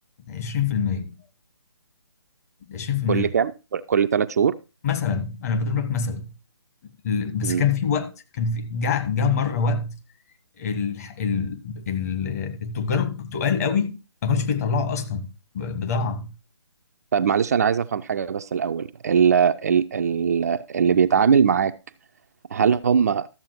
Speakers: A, on the left (about 35°); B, on the right (about 35°).
A: 20% 20%
B: كل كام كل ثلاث شهور
A: مثلا انا بضرب لك مثلا ال- بس
B: مم.
A: كان في وقت كان في جاء جاء مره وقت ال ال ال التجار التقال قوي ما كانوش بيطلعوا اصلا ب- بضاعه
B: طب معلش انا عايز افهم حاجه بس الاول ال ال ال اللي بيتعامل معاك هل هم